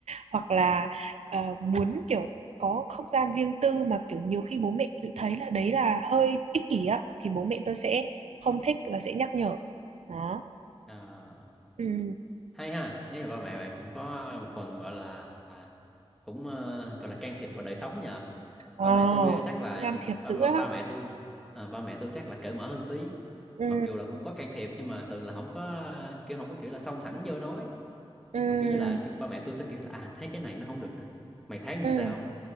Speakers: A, on the right (about 90°); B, in the centre.
A: hoặc là ờ, muốn kiểu có không gian riêng tư mà kiểu nhiều khi bố mẹ tự thấy là đấy là hơi ích kỷ á thì bố mẹ tôi sẽ không thích và sẽ nhắc nhở đó
B: à,
A: ừ
B: hay ha nếu là ba mẹ bạn cũng có một phần gọi là à, cũng ờ, gọi là can thiệp vào đời sống nhờ
A: ờ
B: ba mẹ tôi ờ, chắc là
A: cũng can thiệp
B: ba
A: dữ
B: ba,
A: á
B: ba mẹ tôi à, ba mẹ tôi chắc là cởi mở hơn tí
A: ừ
B: mặc dù là cũng có can thiệp nhưng mà thường là không có kiểu không có kiểu là xông thẳng vô nói
A: ừ
B: mà kiểu như là kiểu ba mẹ tôi sẽ kiểu là à thấy cái này nó không được nè mày thấy làm
A: ừ
B: sao